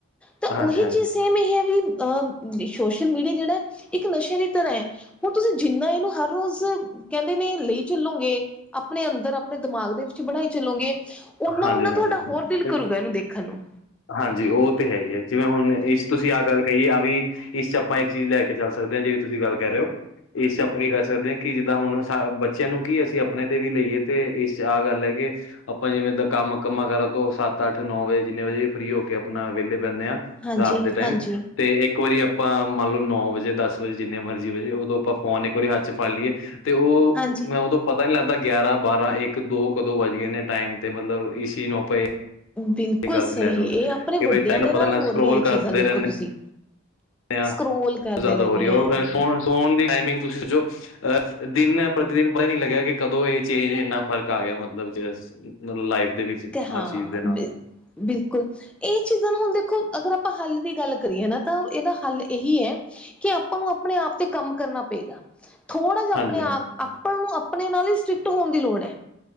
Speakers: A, on the left (about 80°); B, in the centre.
A: ਹਾਂਜੀ,
B: ਤਾਂ ਉਹੀ
A: ਹਾਂਜੀ,
B: ਚੀਜ਼ ਸੇਮ ਇਹੇ ਐ ਵੀ ਅਹ ਸੋਸ਼ਲ ਮੀਡੀਆ ਜੇੜਾ ਐ ਇੱਕ ਨਸ਼ੇ ਦੀ ਤਰ੍ਹਾਂ ਐ ਹੁਣ ਤੁਸੀਂ ਜਿੰਨਾ ਇਹਨੂੰ ਹਰ ਰੋਜ਼ ਕਹਿੰਦੇ ਨੇ ਲਈ ਚੱਲੋਗੇ ਆਪਣੇ ਅੰਦਰ ਆਪਣੇ ਦਿਮਾਗ ਦੇ ਵਿੱਚ ਬੜਾਈ ਚੱਲੋਗੇ ਓਨਾ-ਓਨਾ
A: ਹਾਂਜੀ,
B: ਤੁਹਾਡਾ ਹੋਰ ਦਿਲ
A: ਹਾਂਜੀ।
B: ਕਰੂਗਾ ਇਹਨੂੰ ਦੇਖਣ ਨੂੰ।
A: ਹਾਂਜੀ ਉਹ ਤੇ ਹੈ ਹੀ ਹੈ ਜਿਵੇਂ ਹੁਣ ਇਸ ਤੁਸੀਂ ਆਹ ਗੱਲ ਕਈ ਆ ਵੀ ਇਸ ਚ ਆਪਾਂ ਇੱਕ ਚੀਜ਼ ਲੈ ਕੇ ਚੱਲ ਸਕਦੇ ਹਾਂ ਜੇੜੀ ਤੁਸੀਂ ਗੱਲ ਕਹਿ ਰਹੇ ਹੋ। ਇਸ ਚ ਆਪਾਂ ਵੀ ਕਰ ਸਕਦੇ ਹਾਂ ਕਿ ਜਿੱਦਾਂ ਹੁਣ ਸਾ ਬੱਚਿਆਂ ਨੂੰ ਕੀ ਅਸੀਂ ਆਪਣੇ ਤੇ ਵੀ ਲਈਏ ਤੇ ਇਸ ਚ ਆਹ ਗੱਲ ਹੈ ਕਿ ਆਪਾਂ ਜਿਵੇਂ ਦਾ ਕੰਮ ਕੰਮਾਂ-ਕਾਰਾਂ ਤੋਂ ਸੱਤ-ਅੱਠ-ਨੌ ਵਜੇ ਜਿੰਨੇ ਵਜੇ ਵੀ ਫਰੀ ਹੋ ਕੇ ਆਪਾਂ ਆਪਣਾ ਵੇਲੇ ਬੇਨੇ ਆਂ
B: ਹਾਂਜੀ
A: ਰਾਤ ਦੇ ਟਾਈਮ
B: ਹਾਂਜੀ
A: ਤੇ ਇੱਕ ਵਾਰੀ ਆਪਾਂ ਮੰਨ ਲਓ ਨੌ ਵਜੇ ਦਸ ਵਜੇ ਜਿੰਨੇ ਮਰਜ਼ੀ ਵਜੇ ਉਦੋਂ ਆਪਾਂ ਫੋਨ ਇੱਕ ਵਾਰੀ ਹੱਥ ਚ ਫੜ ਲਈਏ ਤੇ ਉਹ
B: ਹਾਂਜੀ।
A: ਮੈਂ ਉਦੋਂ ਪਤਾ ਨਈ ਲੱਗਦਾ ਗਿਆਰਾਂ-ਬਾਰਾਂ ਇੱਕ ਦੋ ਕਦੋਂ ਵੱਜ ਗਏ ਨੇ ਟਾਈਮ ਤੇ ਮਤਲਬ ਪਏ ਇਸ ਚੀਜ਼ ਨੂੰ ਆਪਾਂ
B: ਬਿਲਕੁਲ
A: ਗੱਲ
B: ਸਹੀ
A: ਤੁਸੀਂ ਲੈ ਸਕਦੇ
B: ਇਹ ਆਪਣੇ
A: ਕਿ
B: ਵੱਡਿਆਂ
A: ਬ ਤੈਨੂੰ
B: ਦੇ
A: ਪਤਾ
B: ਨਾਲ
A: ਨੀ ਲਗਦਾ
B: ਹੋ
A: ਸਕਰੋਲ
B: ਰਹੀਆਂ ਇਹ
A: ਕਰਦੇ
B: ਚੀਜ਼ਾਂ ਦੇਖੋ
A: ਰਹਿੰਦੇ
B: ਤੁਸੀਂ। ਸਕਰੋਲ ਕਰਦੇ
A: ਜ਼ਿਆਦਾ
B: ਰਹਿੰਦੇ
A: ਹੋ ਰਹੀ ਆ
B: ਹੈ
A: ਸੋਣ ਦੀ ਟਾਈਮਿੰਗ ਤੁਸੀਂ ਸੋਚੋ ਅਹ ਦਿਨ ਪ੍ਰਤੀ ਦਿਨ ਪਤਾ ਹੀ ਨੀ ਲੱਗਿਆ ਕਿ ਕਦੋਂ ਇਹ ਚੇਂਜ ਇੰਨਾ ਫ਼ਰਕ ਆ ਗਿਆ ਮਤਲਬ ਚ ਮਤਲਬ ਲਾਈਫ ਦੇ ਵਿੱਚ
B: ਕਿ
A: ਆਹ
B: ਹਾਂ
A: ਚੀਜ਼ ਦੇ
B: ਬ
A: ਨਾਲ
B: ਬਿਲਕੁਲ ਇਹ ਚੀਜ਼ਾਂ ਨੂੰ ਹੁਣ ਦੇਖੋ ਅਗਰ ਆਪਾਂ ਹੱਲ ਦੀ ਗੱਲ ਕਰੀਏ ਨਾ ਤਾਂ ਏਦਾ ਹੱਲ ਏਹੀ ਐ ਕਿ ਆਪਾਂ ਨੂੰ ਆਪਣੇ-ਆਪ ਤੇ ਕੰਮ ਕਰਨਾ ਪਏਗਾ। ਥੋੜ੍ਹਾ ਜੀਆ ਆਪਣੇ
A: ਹਾਂਜੀ ਹਾਂਜੀ
B: ਆਪ ਆਪਾਂ ਨੂੰ ਆਪਣੇ ਨਾਲ ਹੀ ਸਟ੍ਰਿਕਟ ਹੋਣ ਦੀ ਲੋੜ ਹੈ।